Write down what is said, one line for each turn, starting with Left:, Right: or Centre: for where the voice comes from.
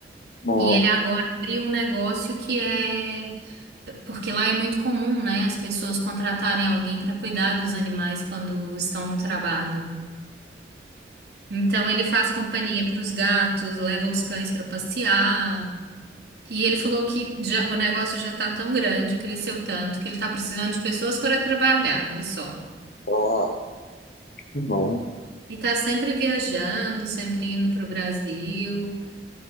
Left: Bom,
Right: E ele agora abriu um negócio que é. Porque lá é muito comum, né, as pessoas contratarem alguém para cuidar dos animais quando estão no trabalho. Então ele faz companhia para os gatos, leva os cães para passear. E ele falou que já- o negócio já está tão grande, cresceu tanto, que ele está precisando de pessoas para trabalhar, vê só.
Left: bom, que bom.
Right: E tá sempre viajando, sempre indo para o Brasil,